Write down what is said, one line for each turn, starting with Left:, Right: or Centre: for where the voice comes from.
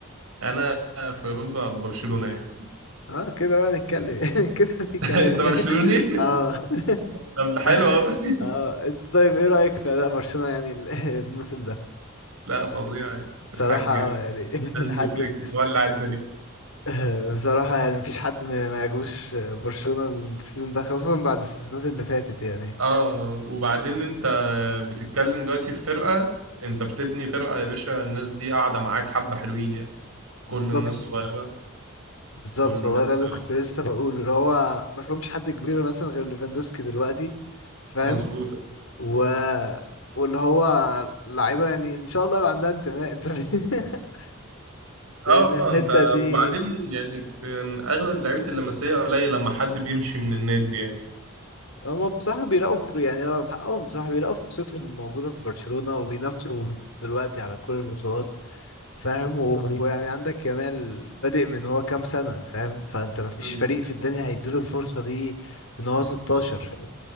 Right: انا في ب- برشلونة يعني
Left: اه كده بقى نتكلم <laughs> كده في كلام
Right: <laughs> انت برشلوني
Left: يعني. اه
Right: طب ده حلو
Left: <laughs>
Right: أوي.
Left: اه إنت طيب ايه رأيك في اداء برشلونة يعني ال- <laughs> الموسم ده
Right: لا فظيع يعني
Left: صراحة
Right: الحاج
Left: اه يعني
Right: هانز
Left: <laughs> حاج
Right: فليك مولع الدنيا
Left: آه، بصراحة يعني مفيش حد ما ما يعجبوش برشلونة السيزون ده خاصة بعد السيزونات اللي فاتت يعني
Right: اه وبعدين انت بتتكلم دلوقتي في فرقة انت بتبني فرقة يا باشا الناس دي قاعدة معاك حبة حلوين يعني كل
Left: بالظبط
Right: الناس صغيرة
Left: بالظبط
Right: كله
Left: والله
Right: لسه
Left: ده اللي كنت لسه بقوله اللي هو ما فيهمش حد كبير مثلا غير ليفاندوسكي دلوقتي فاهم
Right: مظبوطة
Left: و واللي هو لعيبه يعني ان شاء الله يبقى عندها انتماء انت <laughs> لان
Right: اه
Left: الحته
Right: انت
Left: دي
Right: وبعدين يعني كان اغلب لعيبة اللمسية قليل لما حد بيمشي من النادي يعني
Left: هم بصراحه بيلاقوا فر- يعني هو حقهم بصراحه بيلاقوا فرصتهم موجوده في برشلونه وبينافسوا دلوقتي على كل البطولات فاهم و- ويعني عندك كمال بادئ من هو كام سنه فاهم فانت ما فيش
Right: مم.
Left: فريق في الدنيا هيديله الفرصه دي من هو 16